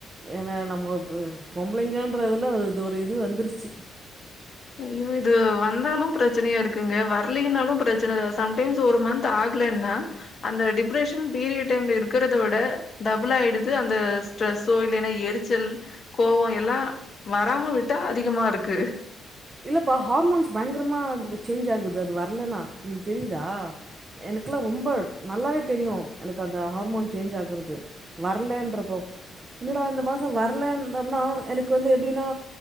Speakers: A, on the right (about 20°); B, on the left (about 30°).
A: ஏனா நம்ம இப்ப பொம் பளைங்கன்ற இதுல இது ஒரு இது வந்துருச்சு
B: ஐயோ இது வந்தாலு பிரச்சனையா இருக்குங்க வரலீன்னாலு பிரச்சன சம்டைம்ஸ் ஒரு மந்த் ஆகலன்னா அந்த டிப்ரஷன் பீரியட் டைம்ல இருக்கிறத விட டபுள் ஆயிடுது அந்த ஸ்ட்ரெஸ்ஸோ இல்லைன்னா எரிச்சல் கோவோ எல்லா வராம விட்டா அதிகமா இருக்கு
A: இல்லப்பா ஹார்மோன்ஸ் பயங்கரமா அது சேஞ்ச் ஆகு து அது வரலனா உங்களுக்கு தெரியுதா எனக்குல்லா ரொம்ப நல்லாவே தெரியு எனக்கு அந்த ஹார்மோன் சேஞ்ச் ஆகுறது வரலன்ட்றபோ என்னடா இந்த மாசோ வரலனா எனக்கு வந்து எப்படின்னா